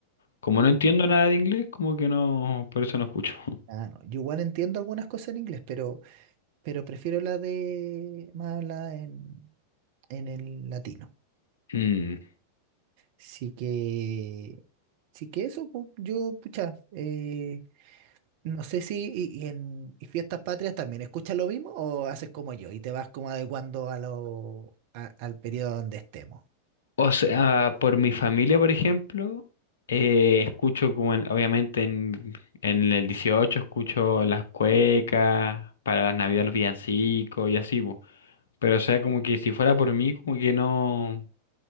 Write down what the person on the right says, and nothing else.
Ah, no. Yo igual entiendo algunas cosas en inglés, pero, pero prefiero la de más hablada en, en el latino.
Sí que, sí que eso, pu- yo, pucha, eh, no sé si y, y en y fiestas patrias también escuchas lo mismo o haces como yo y te vas como adecuando a lo, a- al periodo donde estemos.